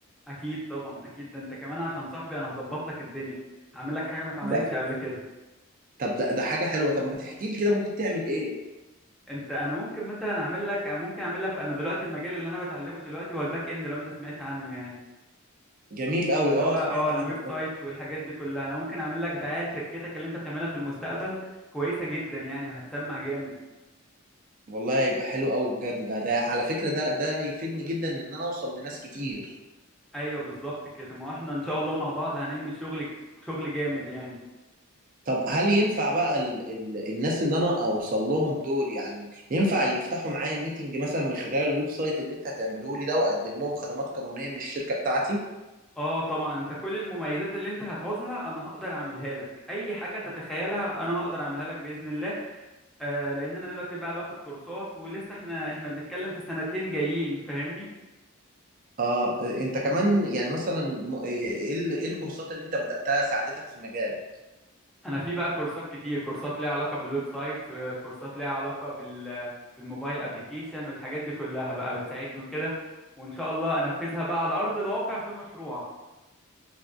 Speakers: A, in the centre; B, on the right.
A: اكيد طبعا اكيد ده انت كمان عشان صاحبي انا هظبط لك الدنيا هعمل لك حاجه ما اتعملتش
B: ده
A: قبل كده
B: طب ده ده حاجه حلوه طب ما تحكي لي كده ممكن تعمل ايه
A: انت انا ممكن مثلا اعمل لك أو ممكن اعمل لك انا دلوقتي المجال اللي انا بتعلمه دلوقتي هو الباك اند لو انت سمعت عنه يعني
B: جميل قوي
A: اللي
B: اه
A: هو اه
B: سمعت
A: الويب
B: عنه فعلاً.
A: سايت والحاجات دي كلها انا ممكن اعمل لك دعايه لشركتك اللي انت تعملها في المستقبل كويسه جدا يعني وهتسمع جامد
B: والله يبقى حلو قوي بجد ده ده على فكره ده ده هيفيدني جدا ان انا اوصل لناس كتير
A: ايوه بالظبط كده ما هو احنا ان شاء الله مع بعض هنعمل شغل شغل جامد يعني
B: طب هل ينفع بقى ال ال الناس اللي انا اوصل لهم دول يعني ينفع يفتحوا معايا ميتنج مثلا من خلال الويب سايت اللي انت هتعمله لي ده واقدم لهم خدمات قانونية من الشركة بتاعتي
A: اه طبعا انت كل المميزات اللي انت هتعوزها انا هقدر اعملها لك اي حاجه تتخيلها انا هقدر اعملها لك باذن الله آه لان انا دلوقتي بقى باخد كورسات ولسه احنا احنا بنتكلم في سنتين جايين فاهمني
B: اه انت كمان يعني مثلا م- ايه إيه ال- إيه الكورسات اللي انت بدأتها ساعدتك في مجالك
A: انا في بقى كورسات كتير كورسات ليها علاقه بالويب سايت آه، كورسات ليها علاقه بال بالموبايل ابلكيشن والحاجات دي كلها بقى بتساعدني وكده وان شاء الله انفذها بقى على ارض الواقع في مشروعك